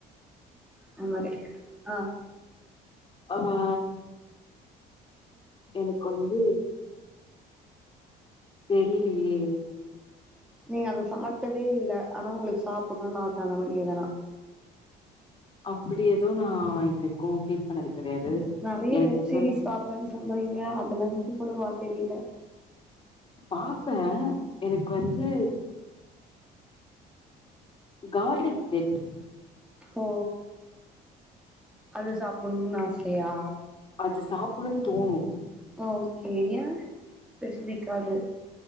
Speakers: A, in the centre; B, on the left (about 30°).
A: அது மாரி ஆஹ்
B: ஆமா எனக்கு வந்து தெரியலேயே
A: நீங்க அத சாப்ட்டதே இல்ல ஆனா உங்களுக்கு சாப்பண்னுனு ஆச அந்த மாரி எதனா
B: அப்டி எதும் நான் இது வரைக்கும் பீல் பண்ணது கெடையாது
A: நெறைய
B: எனக்கு
A: வெப்சீரிஸ்
B: எப்பம்
A: பாப்பேன்னு சொல்றீங்க <unintelligible> கூட வா தெரில
B: பாப்பேன் எனக்கு வந்து கார்லிக் பிரெட்
A: ஓ அது சாப்பண்னுனு ஆசயா
B: அது சாப்பண்னுனு தோணும்
A: ஓகே ஏன் ஏன் ஸ்பெஷிபிக் க்காது